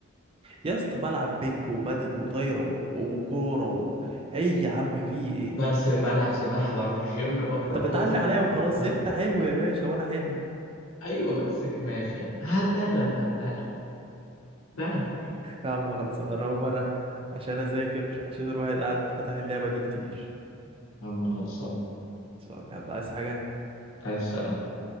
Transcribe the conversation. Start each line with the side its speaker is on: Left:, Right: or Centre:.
Right: يا اسطى بلعب بينج وبادل وطايره و- وكوره و... ايه يا عم في ايه
Left: برسم بلعب سباحة بروح جيم بقرأ
Right: انت بتعلي
Left: كتب
Right: عليا وخلاص
Left: لا.
Right: انت حلو يا باشا وانا حلو
Left: ايوه بس كده ماشي يعني هعديها لك هعديها لك لا لا،
Right: يا عم خلصوا انا هو انا عشان اذاكر عشان الواحد قاعد فتح اللعبة دي كتير
Left: يا عم خلصان
Right: خلصان يلا عايز حاجة
Left: عايز سلامة.